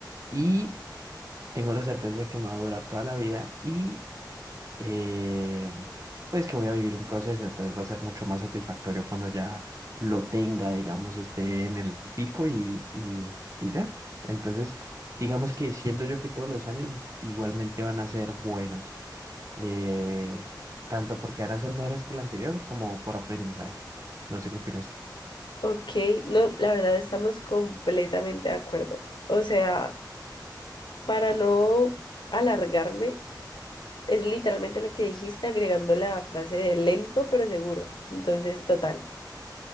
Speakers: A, on the right; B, on the left.
A: y tengo la certeza de que me va a durar toda la vida y eh, pues que voy a vivir un proceso. Entonces va a ser mucho más satisfactorio cuando ya lo tenga, digamos, esté en el pico y, y, y ya. Entonces, digamos que siento yo que todos los años igualmente van a ser buenos, eh, tanto porque van a ser mejores que el anterior como por aprendizaje. No sé qué opinas tú.
B: Ok, no, la verdad estamos completamente de acuerdo. O sea, para no alargarme, es literalmente lo que dijiste agregando la frase de lento pero seguro. Entonces, total.